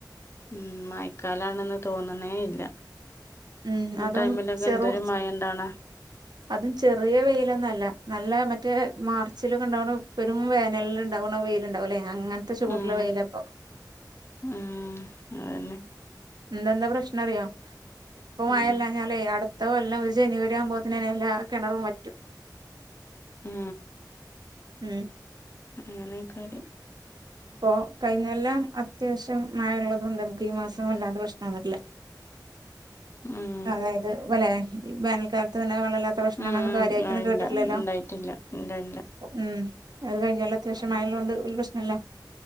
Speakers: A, on the left (about 35°); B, on the right (about 65°).
A: ഉം മായക്കാലാണെന്ന് തോന്നണേ ഇല്ല
B: ഉം
A: ഈ
B: അതും
A: ടൈമിലൊക്കെ
B: ചെറു
A: എന്തോരു മായണ്ടാണ
B: അതും ചെറിയ വെയിലൊന്നും അല്ല നല്ല മറ്റേ മാർച്ചിലക്കെണ്ടാകണം പെരുും വേനല ണ്ടാവ്ണ വെയിലുണ്ടാവുലേ അങ്ങനത്തെ ചൂടുള്ള
A: ഉം
B: വെയിലപ്പൊ
A: ഉം അതന്നെ
B: ഇന്നെന്താ പ്രശ്നം അറിയോ ഇപ്പ മഴ
A: ഉം
B: ല്ലാഞാാലേ അടുത്ത കൊല്ലം ഒരു ജനുവരി ആകുമ്പോത്തനെല്ലാ കിണറും പറ്റും
A: ഉം
B: ഉം
A: അങ്ങനെയ്ക്കാല്
B: ഇപ്പൊ കഴിഞ്ഞെല്ലം അത്യാവശ്യം മഴ ഉള്ളത് കൊണ്ട് നമുക്ക് ഈ മാസം വല്ലാതെ പ്രശ്നം വന്നിട്ടില്ല
A: ഉം
B: അതായത് വലെ ഈ വേനൽക്കാലത്ത് വല്ലാതേ വെള്ളം ഇല്ലാ പ്രക്ഷണങ്ങളോന്നും
A: ഉം ഉം
B: കാര്യയിട്ടൊന്നും
A: ആ ഇല്ല
B: കേട്ട്ട്ട്ല്ലല്ലോ?
A: ഇണ്ടായിട്ടില്ല ഇല്ല ഇല്ല
B: ഉം അത് കഴിഞ്ഞാലും അത്യാവശ്യം മഴ ഇള്ളത് കൊണ്ട് വല്ല്യേ പ്രശ്നല്ല